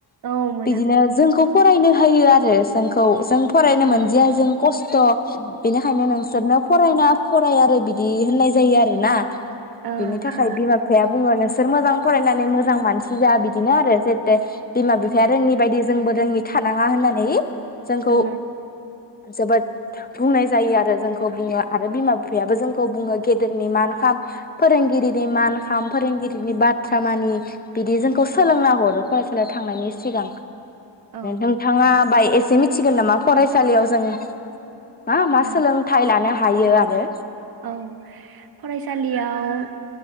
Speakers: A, on the right; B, on the left.
A: औ मोनाखै
B: बिदिनो जोंखौ फरायनो हायो आरो जोंखौ जों फरायनो
A: ओ
B: मोनदिया जों खस थ बेनिखायनो नोंसोरनो फरायना फराय आरो बिदि होननाय जायो आरो ना
A: ओ
B: बिनि थाखाय
A: औ
B: बिमा बिफाया बुङो नोंसो बिसोर मोजां फरायनानै मोजां मानसि जा बिदिनो आरो जाथे बिमा बिफाया रोङि बायदि जोंबो रोङि थानाङा होननानै जोंखौ
A: औ ओ
B: जोबोद बुंनाय जायो आरो जोंखौ बुङो आरो बिमा बिफायाबो जोंखौ बुङो गेदेरनि मान खाम फोरोंगिरिनि मान खाम फोरोंगिरिनि बाथ्रा मानि बिदि जोंखौ सोलोंना हरो फरायसालियाव थांनायनि सिगां
A: ओ
B: नोंथाङा बाय एसे मिथ थिगोन नामा फरायसालियाव जों मा मा
A: औ ओ
B: सोलोंथाइ लानो। हायो आरो।
A: औ फरायसालियाव।